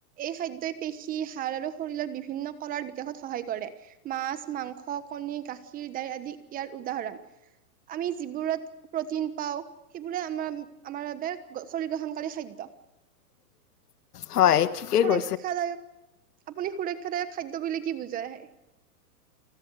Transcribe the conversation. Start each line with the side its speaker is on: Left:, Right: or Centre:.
Right: এই খাদ্যই পেশী হাড় আৰু শৰীৰৰ বিভিন্ন কৰাৰ বিকাশত সহায় কৰে মাছ, মাংস, কণী, গাখীৰ, দাইল আদি ইয়াৰ উদাহৰণ আমি যিবোৰত প্ৰটিন পাওঁ সেইবোৰে আমাৰ আমাৰ <inaudible> শ গ্ৰহণকাৰী খাদ্য
Left: হয় ঠিকেই
Right: সুৰক্ষাদায়ক
Left: কৈছে।
Right: আপুনি সুৰক্ষাদায়ক খাদ্য বুলি কি বুজ। <unintelligible>